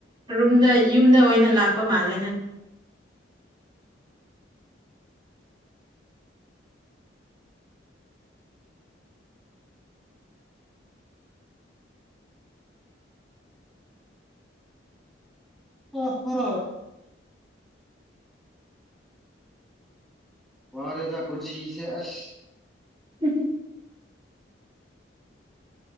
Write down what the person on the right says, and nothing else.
ꯔꯨꯝꯗ ꯌꯨꯝꯗ ꯑꯣꯏꯅ ꯂꯥꯛꯄ ꯃꯥꯜꯂꯦꯅꯦ
ꯎꯝꯝ